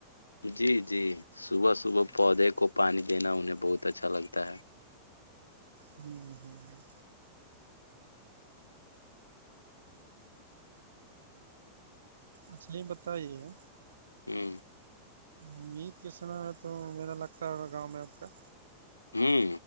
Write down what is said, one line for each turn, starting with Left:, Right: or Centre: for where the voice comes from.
Left: جی- جی صبح- صبح پودے کو پانی دینا انہیں بہت اچھا لگتا ہے-
Right: ہ ہوں- اچھا یہ بتائیے-
Left: ہوں
Right: امید کے سنا ہے تو میرا لگتا ہے ہوگا گاؤں میں آپ کا-
Left: ہوں